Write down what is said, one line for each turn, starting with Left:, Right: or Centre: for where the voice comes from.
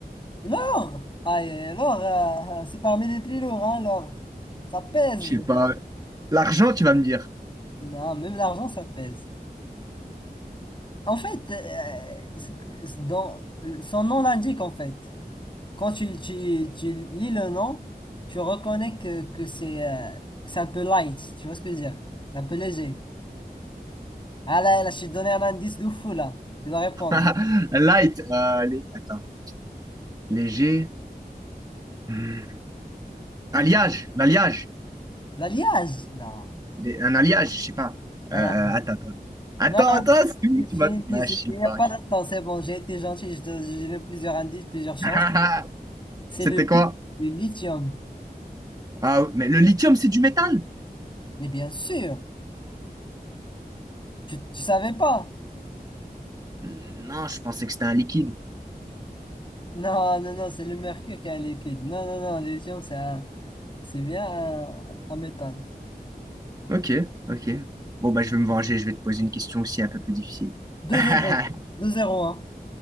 Left: L'or! Aïe, l'or, euh, c'est parmi les plus lourds, hein, l'or. Ça pèse.
Right: Je sais pas. L'argent, tu vas me dire.
Left: Non, même l'argent, ça pèse. En fait, euh, c'est que- dans, son nom l'indique, en fait. quand tu, tu, tu lis le nom, tu reconnais que, que c'est euh, que c'est un peu light. Tu vois ce que je veux dire? C'est un peu léger. Ah là, là, je t'ai donné un indice de fou là. Tu dois répondre.
Right: <laughs> Light. euh, les- Attends. Léger. Hmm.
Left: Le
Right: Alliage.
Left: temps.
Right: L'alliage.
Left: L'alliage? Non.
Right: Les- Un alliage, je sais pas.
Left: Ah,
Right: Euh, attends, attends. Attends,
Left: non,
Right: attends, c'est où
Left: c'est
Right: tu
Left: fini.
Right: vas... Ah,
Left: c'est-
Right: je sais
Left: Il n'y
Right: pas.
Left: a pas de temps. C'est bon, j'ai été gentil. Je te- J'ai donné plusieurs indices, plusieurs chances.
Right: <laughs>
Left: C'est
Right: C'était
Left: le,
Right: quoi?
Left: li- le lithium.
Right: Ah, mais le lithium, c'est du métal?
Left: Mais bien sûr, tu ne savais pas.
Right: Hmm, Non, je pensais que c'était un liquide.
Left: Non, non, non, c'est le mercure qui est un liquide. Non, non, non, le lithium, c'est un- c'est bien un un métal.
Right: Ok, ok. Bon, bah, je vais me venger. Je vais te poser une question aussi un peu plus difficile.
Left: deux
Right: <laughs>
Left: zéro deux zéro hein.